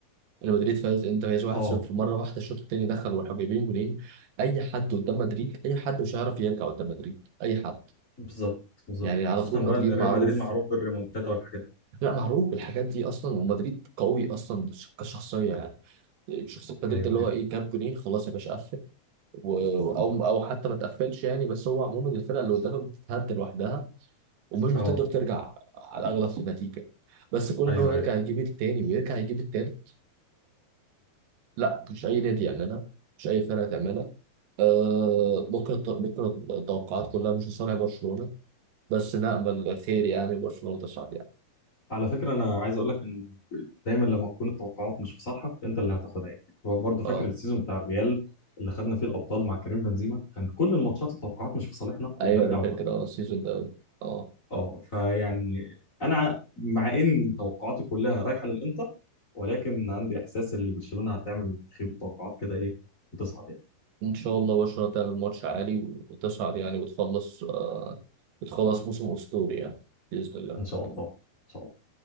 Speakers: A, on the right; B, on the left.
A: ريال مدريد فاز انت فايز 1-0
B: اه
A: مره واحده الشوط الثاني دخل والحبيبين جولين اي حد قدام مدريد اي حد مش هيعرف يرجع قدام مدريد اي حد
B: بالظبط بالظبط
A: يعني على
B: خصوصا
A: طول
B: بقى
A: مدريد
B: ان ريال
A: معروف
B: مدريد معروف بالريمونتادا والحاجات دي
A: لا معروف بالحاجات دي اصلا ومدريد قوي اصلا كشخصيه يعني شخصيه مدريد
B: ايوه
A: اللي
B: ايوه
A: هو ايه جاب جولين خلاص يا باشا قفل و- او او حتى ما تقفلش يعني بس هو عموما الفرقه اللي قدامك بتتهد لوحدها ومش بتقدر
B: اه
A: ترجع على الاغلب في النتيجه بس كل
B: ايوه
A: ان هو يرجع
B: ايوه
A: يجيب التاني ويرجع يجيب التالت لا مش اي نادي يعملها مش اي فرقه تعملها آه بكره بكره التوقعات كلها مش لصالح برشلونه بس نامل خير يعني برشلونه تصعد يعني
B: على فكرة أنا عايز أقول لك إن دايما لما تكون التوقعات مش في صالحك أنت اللي هتاخدها يعني هو برضه
A: اه
B: فاكر السيزون بتاع الريال اللي خدنا فيه الأبطال مع كريم بنزيما كان كل الماتشات التوقعات مش في صالحنا
A: ايوه
B: وبنرجع
A: انا
B: وبناخدها
A: فاكر اه السيزون ده اه
B: أه فيعني أنا مع إن توقعاتي كلها رايحة للإنتر ولكن عندي إحساس إن برشلونة هتعمل تخيب التوقعات كده إيه وتصعد يعني
A: ان شاء الله برشلونه تعمل ماتش عالي وتصعد يعني وتخلص آه بتخلص موسم اسطوري يعني باذن الله
B: إن شاء الله إن شاء الله